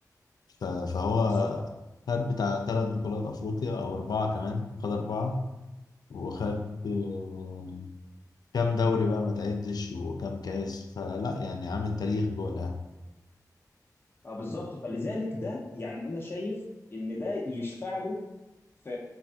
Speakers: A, on the left (about 70°); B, on the left (about 35°).
A: ف- فهو
B: بالظبط
A: خد بتاع ثلاث بطولات أفريقيا أو أربعة كمان خد أربعة وخد آه، كام دوري بقى ما تعدش وكام كاس فلا يعني عامل تاريخ جوه الأهلي
B: اه بالظبط فلذلك ده يعني انا شايف ان ده يشفع له في